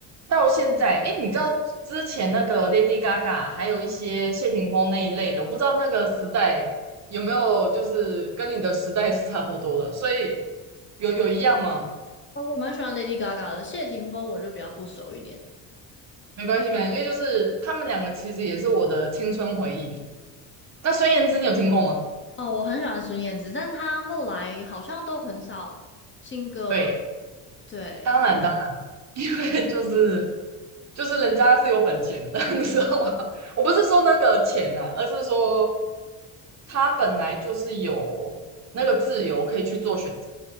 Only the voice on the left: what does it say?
哦我蛮喜欢 Lady Gaga 的，谢霆锋我就比较不熟一点。
哦，我很喜欢孙燕姿，但她后来好像都很少新歌了。
对，